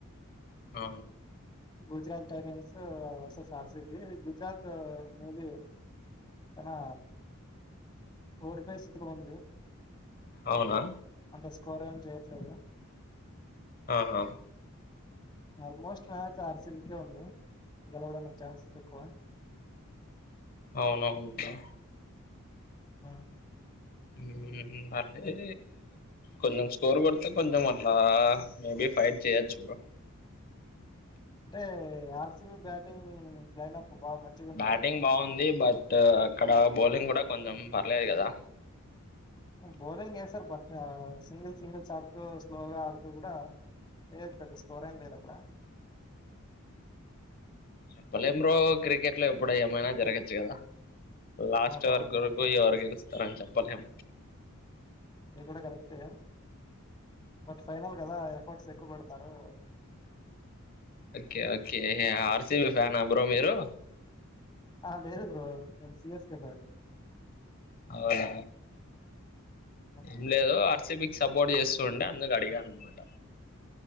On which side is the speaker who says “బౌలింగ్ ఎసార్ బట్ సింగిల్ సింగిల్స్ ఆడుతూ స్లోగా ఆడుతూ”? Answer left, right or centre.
Left